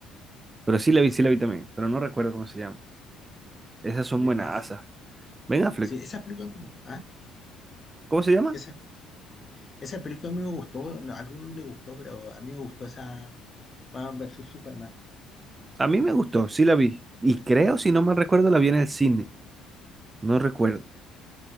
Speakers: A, on the right; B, on the left.
A: Pero sí la vi, sí la vi también, pero no recuerdo cómo se llama. Esas son
B: Ben
A: buenas
B: Affleck.
A: buenasas. Ben Affleck,
B: Sí, esa película, me gu- ah,
A: ¿cómo se llama?
B: esa, esa película a mí me gustó, no, a algunos no les gustó, pero a mí me gustó esa Batman versus Superman.
A: A mí me gustó, sí la vi. Y creo, si no me recuerdo, la vi en el cine. No recuerdo.